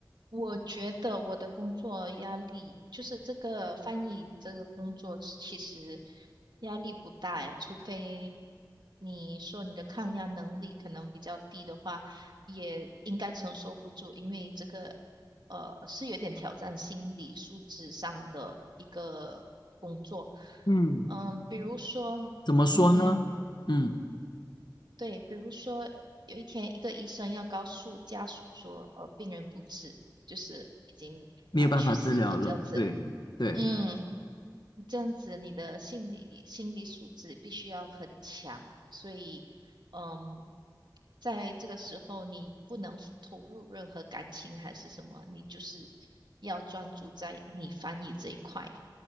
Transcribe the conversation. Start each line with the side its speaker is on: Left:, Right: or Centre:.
Right: 我觉得我的工作压力，就是这个翻译这个工作，其实压力不大诶，除非你说你的抗压能力可能比较低的话，也应该承受不住，因为这个呃是有点挑战心理素质上的一个工作。
Left: 嗯。
Right: 嗯，比如说，
Left: 怎么说呢？
Right: 嗯，
Left: 嗯，
Right: 对，比如说有一天，一个医生要告诉家属说，呃，病人不治，就是已经呃去世了这样子。
Left: 没有办法治疗了，对对。
Right: 嗯，这样子你的心理心理素质必须要很强，所以嗯，在这个时候你不能投入任何感情还是什么，你就是要专注在你翻译这一块。